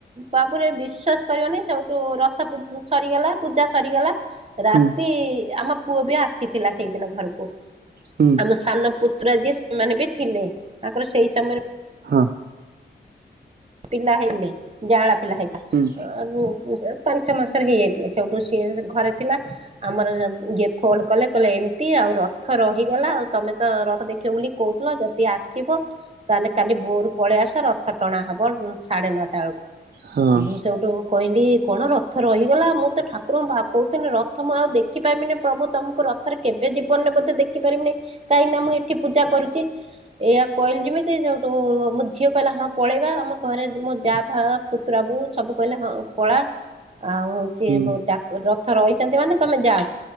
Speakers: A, on the right; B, on the right.
A: ବାବୁରେ ବିଶ୍ଵାସ କରିବନି ସେଉଠୁ ରଥ ସରିଗଲା ପୂଜା ସରିଗଲା ରାତି
B: ହୁଁ
A: ଆମ ପୁଅ ବି ଆସିଥିଲା ସେଇଦିନ ଘରକୁ
B: ହୁଁ
A: ଆମ ସାନ ପୁତ୍ର ଯିଏ ସେମାନେ ବି ଥିଲେ ତାଙ୍କର ସେଇ ସମୟରେ
B: ହଁ।
A: ପିଲା ହେଇଲେ ଜାଳା ପିଲା ହେଇଥିଲା
B: ହୁଁ
A: ପାଞ୍ଚ ମାସରେ ହେଇଯାଇଥିଲେ ସେଇଠୁ ସିଏ ଘରେ ଥିଲା, ଆମର ଇଏ ଫୋନ୍ କଲେ କହିଲେ ଏମିତି ଆଉ ରଥ ରହିଗଲା ଆଉ ତମେ ତ ରଥ ଦେଖିବା ବୋଲି କହୁଥିଲ ଯଦି ଆସିବ ତାହେଲେ କାଲି ଭୋରୁ ପଳେଇ ଆସ ରଥ ଟଣା ହବ ବ ସାଢେ ନଅଟା ବେଳକୁ
B: ହଁ
A: ମୁଁ ସେଇଠୁ କହିଲି କଣ ରଥ ରହିଗଲା ମୁଁ ତ ଠାକୁ କଣ କହୁଥିଲେ ରଥମ ଆଉ ଦେଖି ଦେଖିପାରିବିନି ପ୍ରଭୁ ତମକୁ ରଥରେ କେବେ ଜୀବନରେ ବୋଧ ଦେଖିପାରିବିନି କାହିଁକି ନା ମୁଁ ଏଠି ପୂଜା କରୁଛି ଏଇଆ କହିଲି ଯେମିତି ଯୋଉଠୁ ଆମ ଝିଅ କହିଲା ହଁ ପଳେଇବା ଆମ ଘରେ ମୋ ଯାହା ଫ ପୁତୁରାବୁ ସବୁ କହିଲେ ହଁ ପଳା ଆଉ ହଉଛି
B: ହୁଁ
A: ରଥ ରହିଛନ୍ତି ମାନେ ତମେ ଯାଅ